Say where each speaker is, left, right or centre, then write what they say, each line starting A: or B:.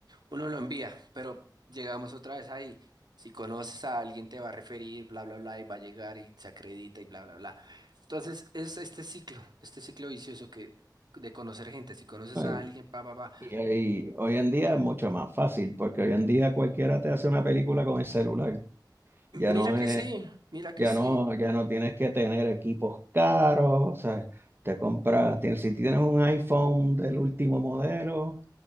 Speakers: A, on the right (about 70°); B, on the right (about 30°).
A: Uno lo envía, pero llegamos otra vez ahí. Si conoces a alguien te va a referir, bla, bla, bla, y va a llegar y se acredita y bla, bla, bla. Entonces, es este ciclo, este ciclo vicioso que de conocer gente. Si conoces
B: ay,
A: a alguien, pa, pa, pa.
B: y, y hoy en día es mucho más fácil, porque hoy en día cualquiera te hace una película con el celular. Ya no
A: Mira que
B: es.
A: sí, mira que
B: Ya
A: sí,
B: no, ya no tienes que tener equipos caros, o sea, te compras, tienes, si tienes un iPhone del último modelo,